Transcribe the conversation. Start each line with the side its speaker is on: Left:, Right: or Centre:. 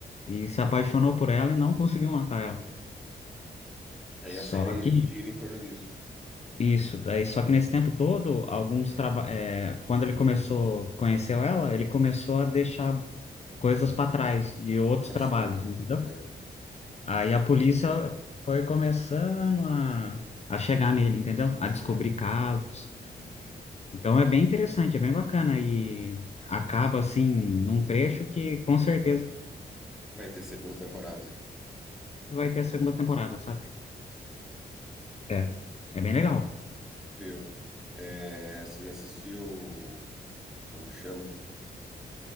Left: e se apaixonou por ela e não conseguiu matar ela.
Centre: aí
Left: Só
Centre: a série
Left: que
Centre: gira em torno disso.
Left: isso, daí, só que nesse tempo todo, alguns traba- é, quando ele começou, conheceu ela, ele começou a deixar coisas para trás de outros
Centre: Tá
Left: trabalhos,
Centre: solta.
Left: entendeu?
Centre: É,
Left: Aí a polícia foi começando a, a chegar nele, entendeu? A descobrir
Centre: né?
Left: casos. Então é bem interessante, é bem bacana e acaba assim num trecho que com certeza
Centre: Vai ter segunda temporada.
Left: vai ter a segunda temporada, sabe? É. É bem legal.
Centre: Viu? É, você já assistiu. Como que chama?